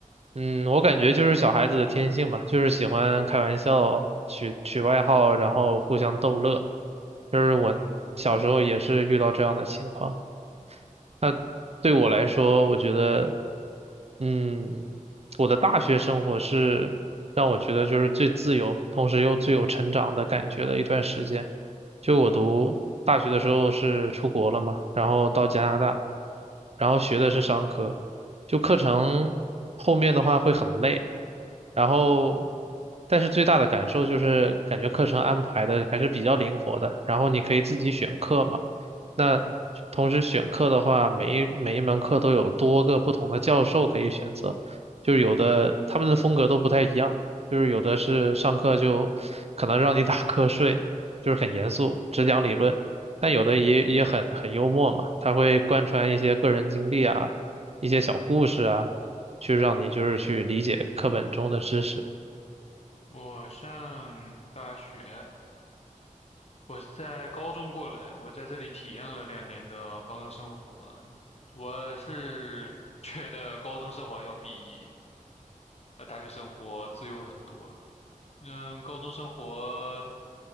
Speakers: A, on the right; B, on the left.
A: 嗯，我感觉就是小孩子的天性吧，就是喜欢开玩笑，取取外号，然后互相逗乐。就是我小时候也是遇到这样的情况。
B: 嗯
A: 那对我来说，我觉得，嗯，我的大学生活是让我觉得就是最自由，同时又最有成长的感觉的一段时间。就我读大学的时候是出国了嘛，然后到加拿大，然后学的是商科，就课程后面的话会很累，然后，但是最大的感受就是感觉课程安排的还是比较灵活的，然后你可以自己选课嘛。那同时选课的话，
B: 嗯，
A: 每一每一门课都有多个不同的教授可以选择，就是有的他们的风格都不太一样，就是有的是上课就可能让你打瞌睡，就是很严肃，只讲理论，但有的也也很很幽默嘛，他会贯穿一些个人经历啊，一些小故事啊，去让你就是去理解课本中的知识。
B: 我上大学，我是在高中过来，我在这里体验了两年的高中生活。我是觉得高中生活要比呃大学生活自由很多。嗯，高中生活